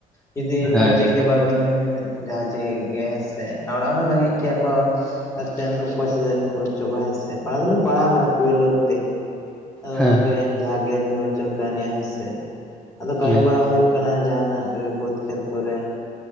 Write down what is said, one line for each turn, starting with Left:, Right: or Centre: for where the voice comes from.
Left: ᱡᱩᱫᱤ
Centre: ᱦᱮᱸ
Left: ᱯᱟᱪᱮᱜ ᱜᱮ ᱵᱟᱵᱤᱱ ᱡᱟᱦᱟᱸ ᱪᱤᱠᱟᱹ ᱠᱮᱫ ᱜᱮ ᱦᱮ ᱚᱲᱟᱜ ᱦᱚᱸ ᱨᱮᱸᱜᱮᱡ ᱜᱮᱭᱟ ᱠᱚ ᱟᱪᱪᱷᱟ ᱩᱱᱟᱹ ᱯᱚᱭᱥᱟ ᱪᱮᱫᱟᱜ ᱞᱤᱧ ᱠᱷᱚᱨᱚᱪ ᱦᱚᱪᱚ ᱠᱚᱣᱟ ᱦᱮᱸᱥᱮ ᱯᱟᱲᱦᱟᱣ ᱫᱚᱞᱤᱧ ᱯᱟᱲᱟᱣ ᱟᱠᱟᱱᱟ ᱴᱩᱭᱮᱞᱵᱷ ᱚᱵᱫᱤ ᱟᱫᱚ
Centre: ᱦᱮᱸ
Left: ᱚᱱᱟᱜᱮ ᱡᱟᱦᱟᱸ ᱜᱮᱭᱟᱱ ᱞᱤᱧ ᱚᱨᱡᱚᱱ ᱠᱟᱣᱱᱤᱡᱟ ᱦᱮᱸᱥᱮ ᱟᱫᱚ ᱠᱟᱹᱢᱤ
Centre: ᱦᱮᱸ
Left: ᱵᱟᱲᱟ ᱦᱩᱭᱩᱜ ᱠᱟᱱᱟ ᱡᱟᱦᱟᱱᱟᱜ ᱜᱮ ᱵᱟᱹᱫᱽ ᱠᱷᱮᱛ ᱠᱚᱨᱮ